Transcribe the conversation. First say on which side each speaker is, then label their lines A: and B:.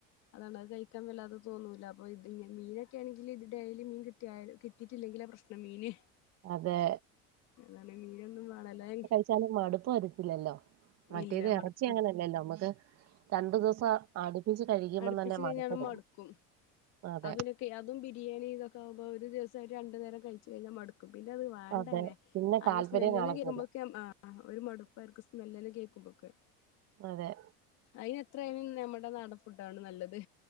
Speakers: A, on the left; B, on the right.
A: അതാണ് അത് ക ക്കാൻ വല്ലാതെ തോന്നൂല അപ്പയതി മീനക്കെ ആണെങ്കിലിത് ഡെയിലി മീൻ കിട്ടിയാലും കിട്ടിയിട്ടില്ലെങ്കിലാ പ്രശ്നം മീന്
B: അതെ.
A: അതാണ് മീനെന്നും വേണല്ലേ
B: ച്ചാലും മടുപ്പ് വരുത്തില്ലല്ലോ മറ്റേത്
A: ഇല്ല
B: എറച്ചി
A: മടുപ്പ്
B: അങ്ങനെ അ യല്ലല്ലൊ നമുക്ക് രണ്ടു ദിവസം അടുപ്പിച്ച് കഴിക്കുമ്പം
A: അടുപ്പിച്ച്
B: തന്നെ
A: കഴിഞ്ഞാത്
B: മടുപ്പ് തോന്നും
A: മടുക്കും
B: അതെ
A: അപ്പപ്പിന്നെ കെ അതും ബിരിയാണി ഇതൊക്കെകുമ്പ ഒരു ദിവസം രണ്ട് നേരം കഴിച്ച് കഴിഞ്ഞാ മടുക്കും പിന്നെത് വേണ്ടന്നെ
B: അതെ പിന്നെ
A: അയിന്റെ
B: താല്പര്യം
A: സ്മെല്ല്
B: കാണത്തില്ല
A: തന്നെ കേക്കുമ്പോക്ക ആഹ് ഒരു മടുപ്പർക്ക് സ്മെല് തന്നെ കേക്കുമ്പോക്കെ
B: അതെ
A: അതിനെത്ര ആയാലും നമ്മടെ നാട ഫുഡാണ് നല്ലത്